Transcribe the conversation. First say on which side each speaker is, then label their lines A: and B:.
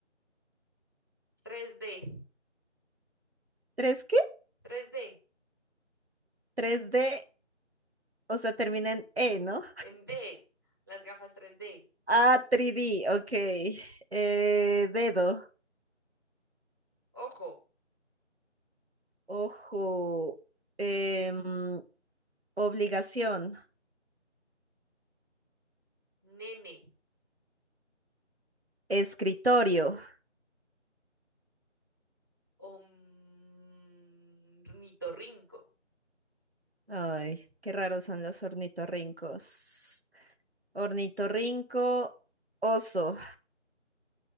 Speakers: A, on the right (about 15°); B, on the right (about 55°).
A: 3D,
B: ¿Tres qué?
A: 3D,
B: Tres d O sea, termina en E, ¿no?
A: en D, las gafas 3D,
B: Ah, 3D, ok. Eh, dedo,
A: ojo,
B: ojo, em, obligación,
A: nene,
B: escritorio.
A: ornitorrinco.
B: Ay, qué raros son los ornitorrincos. Ornitorrinco, oso.